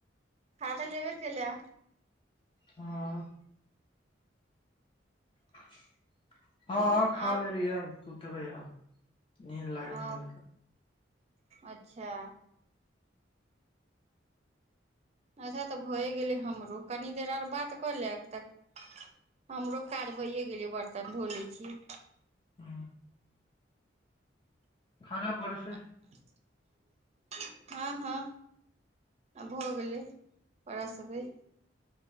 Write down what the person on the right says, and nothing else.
खा तऽ लेबे केलअ
आओर
ओ
अच्छा अच्छा तऽ भएए गेलै हमरो कनि देर आर बात कऽ ले तऽ हमरो काज भइए गेलै बर्तन धो लैत छी
<unintelligible> हँ हँ आब भऽ गेलै पड़ास बैय